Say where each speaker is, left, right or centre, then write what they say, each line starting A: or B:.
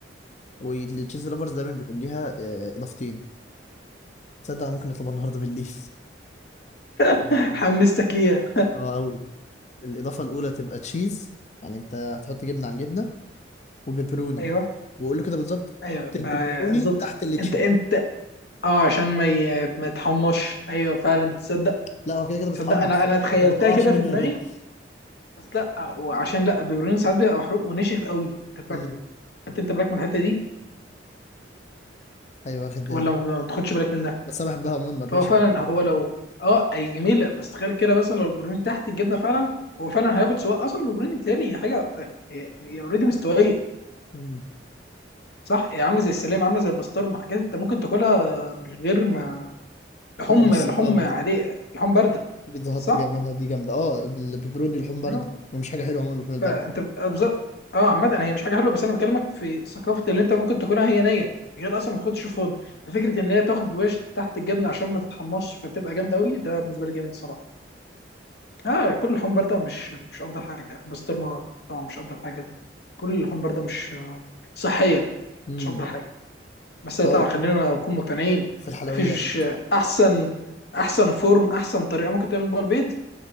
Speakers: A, on the left (about 40°); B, on the left (about 55°).
A: والتشيز لافرز دايما بيكون ليها آه، اضافتين تصدق أنا ممكن نطلبها النهارده بالليل
B: <laughs>
A: <laughs> اه
B: حمستك ليها
A: آه، قوي الاضافه الاولى تبقى تشيز يعني انت هتحط جبنه على الجبنه وبيبروني
B: ايوه
A: وقول له كده بالظبط
B: ايوه
A: حط البيبروني
B: فبالظبط
A: تحت التشيز
B: انت انت اه عشان ما ي... ما يتحمش ايوه فعلا تصدق
A: لا هو كده كده بتحمص
B: تصدق انا انا تخيلتها
A: عشان ما تقعش
B: كده
A: مني
B: في دماغي
A: وانا باكل
B: بس لا وعشان لا البيبروني ساعات بيبقى محروق ونشف قوي انت فاكره
A: امم
B: حتى انت بالك من الحته دي
A: ايوه واخد بالي
B: ولا ما بتاخدش بالك منها
A: بس انا بحبها عموما مرمشه
B: فهو فعلا
A: يعني
B: هو لو اه اي جميله بس تخيل كده مثلا لو البيبروني تحت الجبنه فعلا هو فعلا هياخد سواء اصلا البيبروني بتهيألي حاجه هي اوريدي مستويه
A: مم.
B: صح هي عامله زي السلام عامله زي البسطرمه حاجات انت ممكن تاكلها مش غير ما لحوم
A: لا بس
B: لحوم
A: بجد
B: عاديه لحوم بارده
A: بيتزا هات
B: صح
A: بيعملها دي جامده اه البيبروني لحوم بارده
B: اه
A: ومش حاجه حلوه عموما اللحوم البارده
B: فانت بت... أبز- اه عامه أنا هي مش حاجه حلوه بس انا بكلمك في ثقافه اللي انت ممكن تاكلها هي نيه من غير اصلا ما تاخدش فود فكره ان هي تاخد وش تحت الجبنه عشان ما تتحمصش فتبقى جامده قوي ده بالنسبه لي جامد الصراحه اه كل اللحوم بارده مش مش افضل حاجه البسطرمه طبعا مش افضل حاجه كل اللحوم بارده مش آه، صحيه
A: امم
B: مش افضل حاجه بس
A: طيب
B: طبعا خلينا نكون مقتنعين
A: في الحلويات
B: مفيش احسن احسن فورم احسن طريقه ممكن تعمل بيها البيض